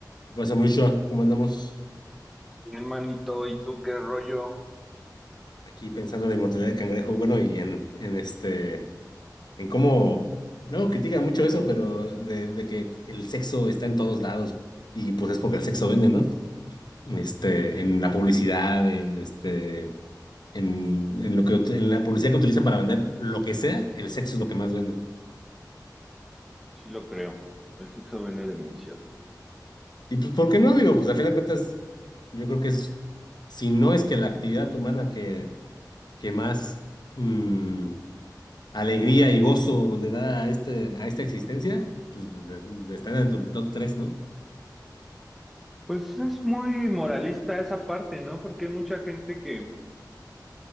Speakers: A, on the left (about 75°); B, in the centre.
A: ¿Qué pasa, mucho? ¿Cómo andamos
B: Bien, manito, ¿y tú qué rollo?
A: aquí pensando en la inmortalidad del cangrejo? Bueno, y en, en este, en cómo, luego critican mucho eso, pero de, de que el sexo está en todos lados y pues es porque el sexo vende, ¿no? Este, en la publicidad, en este, en, en lo que, en la publicidad que utilizan para vender lo que sea, el sexo es lo que más vende.
B: Sí lo creo. El sexo vende demasiado.
A: Y pues, ¿por qué no? Digo, pues a fin de cuentas, yo creo que es, si no es que la actividad humana que, que más mm, alegría y gozo le da a, este, a esta existencia, pues de- de- está dentro del top tres ¿no?
B: Pues es muy moralista esa parte, ¿no? Porque hay mucha gente que,